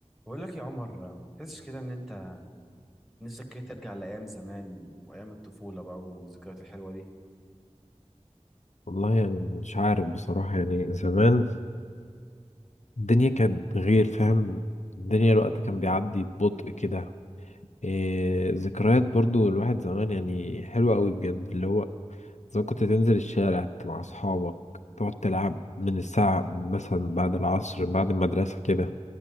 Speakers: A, in the centre; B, on the left.
A: بقول لك يا عمر ما تحسش كده ان انت نفسك كده ترجع لايام زمان وايام الطفوله بقى والذكريات الحلوه دي
B: والله يعني مش عارف بصراحة يعني زمان الدنيا كانت غير فاهم الدنيا الوقت كان بيعدي ببطء كده إيه ذكريات برضو الواحد زمان يعني حلوة قوي بجد اللي هو زمان كنت تنزل الشارع مع أصحابك تقعد تلعب من الساعة مثلا بعد العصر بعد المدرسة كده